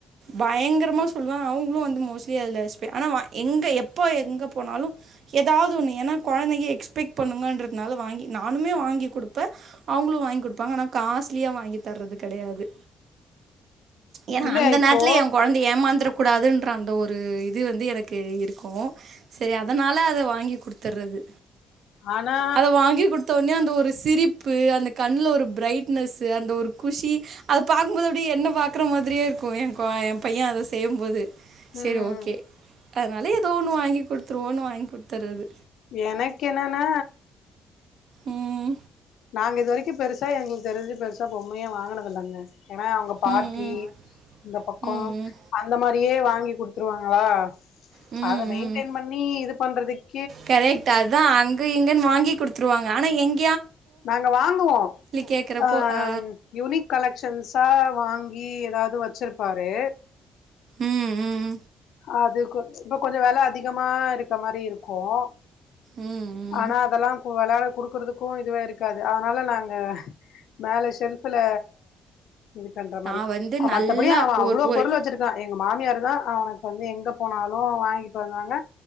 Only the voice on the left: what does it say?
இல்ல
இப்போ
ஆனா
ம்
எனக்கு என்னன்னா
நாங்க இது வரைக்கும் பெருசா எங்களுக்கு தெரிஞ்சு பெருசா பொம்மையே வாங்கனதில்லங்க ஏன்னா அவங்க
பாட்டி
இந்த பக்கம்
அந்த மாரி யே வாங்கி குடுத்துருவாங்களா
அத மெயின்டெின்
பண்ணி இது பண்றதுக்கு
நாங்க வாங்குவோம்
ஆஹ்
யூனிக் கலெக்க்ஷன்ஸா வாங்கி ஏதாவது வச்சிருப்பாரு
அது கொ இப்ப கொஞ்சம் வில அதிகமா இருக்க மாரி இருக்கும்
ஆனா அதெல்லாம் விளையாட கொடுக்கறதுக்கும் இதுவே இருக்காது அதனால நாங்க மேல ஷெல்ஃபுல இதுக்கண்ற மாரி
மத்தபடிய அவன் அவ்வளோ
பொருள் வச்சிருக்கான் எங்க மாமியார் தான் அவனுக்கு வந்து எங்க போனாலு வாங்கிட்டு வந்தாங்க